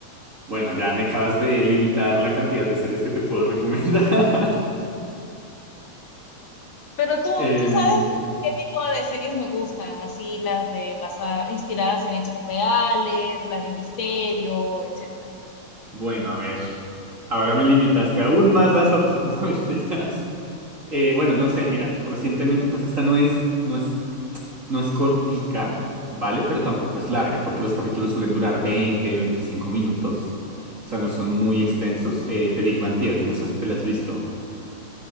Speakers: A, on the right; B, on the left.
A: Bueno, ya me acabas de limitar la cantidad de series que te puedo recomendar. <laughs>
B: Pero tú,
A: Em,
B: tú sabes qué tipo de series me gustan, así las de basa- inspiradas en hechos reales, las de misterio, etcétera.
A: bueno, a ver. Ahora me limitaste aún más las opciones. <laughs> No mentiras. Eh, bueno, no sé, mira, recientemente pues esta no es, no es No es cortica, ¿vale? Pero tampoco es larga, porque los capítulos suelen durar 20, 25 minutos. O sea, no son muy extensos. Eh, The Big Bang Theory, no sé si te la has visto.